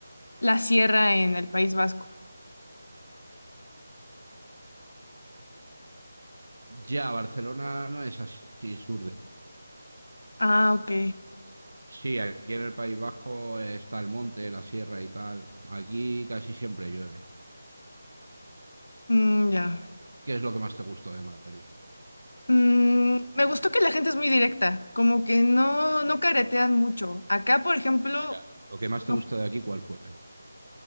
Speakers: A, on the left; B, on the right.
A: La sierra en el País Vasco.
B: Ya, Barcelona no es así sur de...
A: Ah, ok.
B: Sí, aquí en el País Vasco eh, está el monte, la sierra y tal. Aquí casi siempre llueve.
A: Mm, ya.
B: ¿Qué es lo que más te gustó de Madrid?
A: Mm, me gustó que la gente es muy directa, como que no, no caretean mucho. Acá, por ejemplo,
B: O sea, lo que más
A: no,
B: te gustó de aquí, ¿cuál fue?